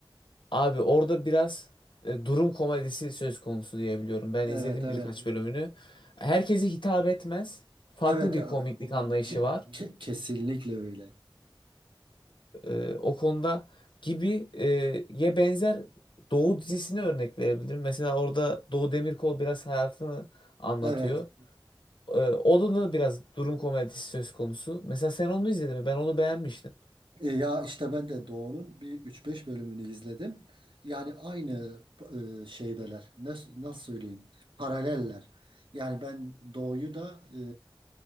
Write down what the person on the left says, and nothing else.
Abi orada biraz e, durum komedisi söz konusu diyebiliyorum. Ben
izledim
birkaç bölümünü. Herkese hitap etmez. Farklı
bir komiklik anlayışı
var.
E, o konuda gibi e, ye benzer Doğu dizisine örnek verebilirim. Mesela orada Doğu Demirkol biraz hayatını anlatıyor.
E, o da da biraz durum komedisi söz konusu. Mesela sen onu izledin mi? Ben onu beğenmiştim.